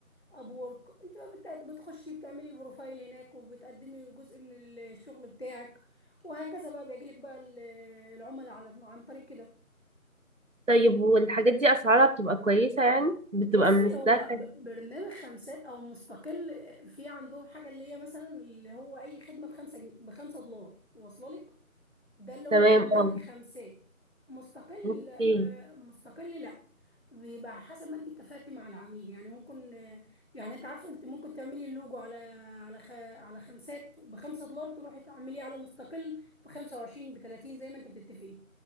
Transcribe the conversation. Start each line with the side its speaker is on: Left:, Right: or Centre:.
Left: ابورك انت بقى بت- بتخشي بتعملي بروفايل هناك وبتقدمي جزء من الشغل بتاعك وهكذا بقى بيجيلك بقى ال- العملاء على عن طريق كده
Right: طيب والحاجات دي اسعارها بتبقى كويسة يعني بتبقى
Left: بصي
Right: من السهل
Left: هو ب- برنامج خمسات او مستقل في عندهم حاجه اللي هي مثلا اللي هو اي خدمه بخمسه جن... بخمسه دولار توصل لك ده اللي هو
Right: تمام
Left: برنامج
Right: اه
Left: خمسات مستقل
Right: اوكي
Left: لا آه، مستقل لا بيبقى على حسب ما انت اتفقتي مع العميل يعني ممكن آه، يعني انت عارفه انت ممكن تعملي اللوجو على على خ... على خمسات بخمسه دولار تروحي تعمليه على مستقل ب 25 ب 30 زي ما انت بتتفقي